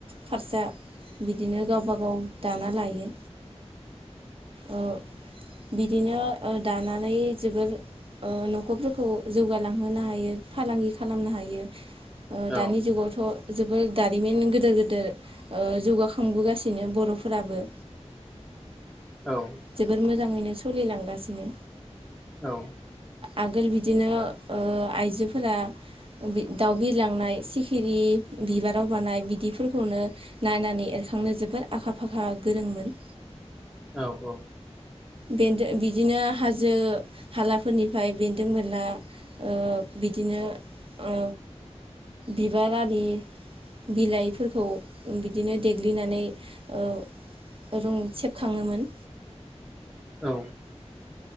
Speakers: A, on the right; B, in the centre.
A: फारसा बिदिनो गावबा गाव दाना लायो ओ बिदिनो ओ दानानै जोबोर ओ नखरफोरखौ जौगालांहोनो हायो फालांगि खालामनो हायो।
B: औ
A: दानि जुगावथ जोबोर दारिमिन गिदेर गिदेर जौगाखांबोगासिनो बरफोराबो
B: औ
A: जोबोर मोजाङैनो सलिलांगासिनो।
B: औ
A: आगोल बिदिनो ओ आइजो फोरा बि दाउबिर। लांनाय सिखिरि बिबाराव बानाय बिदिफोरखौनो नायनानै एरखांनो जोबोर आखा फाखा गोरोंमोन
B: औ औ
A: बेन्दों बिदिनो हाजो हालाफोरनिफ्राय बेन्दों बेनला ओ बिदिनो ओ बिबारारि बिलाइफोरखौ बिदिनो देग्लिनानै ओ रं सेबखाङोमोन।
B: औ।